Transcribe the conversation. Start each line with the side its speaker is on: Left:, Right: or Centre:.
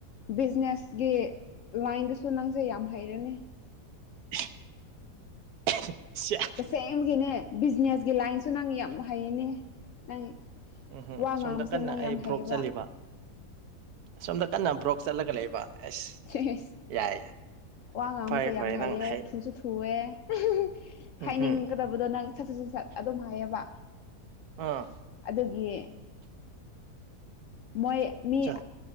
Left: ꯕꯤꯖꯤꯅꯦꯁꯒꯤ ꯂꯥꯏꯟꯗꯁꯨ ꯅꯪꯁꯦ ꯌꯥꯝ ꯍꯩꯔꯅꯤ
Right: <unintelligible> <unintelligible> ꯁ꯭ꯌꯥ
Left: ꯇꯁꯦꯡꯕꯒꯤꯅꯦ ꯕꯤꯖꯤꯅꯦꯁꯒꯤ ꯂꯥꯏꯟꯁꯨ ꯅꯪ ꯌꯥꯝ ꯍꯩꯔꯅꯤ ꯅꯪ
Right: ꯎꯝꯍꯝ
Left: ꯋꯥ
Right: ꯑꯁꯣꯝꯗ
Left: ꯉꯥꯡꯕꯁꯦ
Right: ꯀꯟꯅ
Left: ꯅꯪ
Right: ꯑꯩ
Left: ꯌꯥꯝ
Right: ꯕ꯭ꯔꯣꯛ
Left: ꯍꯩꯕꯥ
Right: ꯆꯠꯂꯤꯕ ꯑꯁꯣꯝꯗ ꯀꯟꯅ ꯕ꯭ꯔꯣꯛ ꯆꯠꯂꯒ ꯂꯩꯕ ꯑꯁ
Left: ꯁꯦꯁ
Right: ꯌꯥꯏ
Left: ꯋꯥ ꯉꯥꯡꯕꯁꯦ
Right: ꯐꯔꯦ ꯐꯔꯦ
Left: ꯌꯥꯝ ꯍꯩꯌꯦ
Right: ꯅꯪ ꯍꯌꯦꯡ
Left: ꯊꯨꯁꯨ ꯊꯨꯋ‌ꯦ
Right: ꯎꯝꯍꯝ
Left: ꯍꯥꯏꯅꯤꯡꯒꯗꯕꯗꯣ ꯅꯪ ꯁꯠ ꯁꯠ ꯁꯠ ꯁꯠ ꯑꯗꯨꯝ ꯍꯥꯏꯌꯦꯕ
Right: ꯑꯥ
Left: ꯑꯗꯨꯒꯤ ꯃꯣꯏ ꯃꯤ
Right: ꯑꯆꯥ